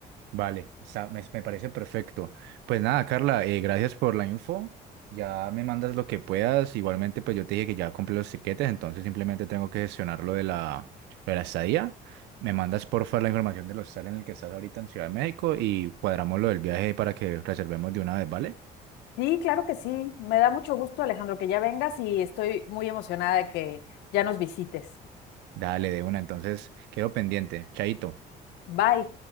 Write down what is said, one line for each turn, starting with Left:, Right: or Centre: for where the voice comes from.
Right: Vale, está- me, me parece perfecto. Pues nada, Carla, eh, gracias por la info. Ya me mandas lo que puedas. Igualmente, pues yo te dije que ya compré los tiquetes, entonces simplemente tengo que gestionar lo de la, lo de la estadía. Me mandas porfa la información del hostal en el que estás ahorita en Ciudad de México y cuadramos lo del viaje para que reservemos de una vez, ¿vale?
Left: Sí, claro que sí. Me da mucho gusto, Alejandro, que ya vengas y estoy muy emocionada de que ya nos visites.
Right: Dale, de una. Entonces, quedo pendiente. Chaito.
Left: Bye.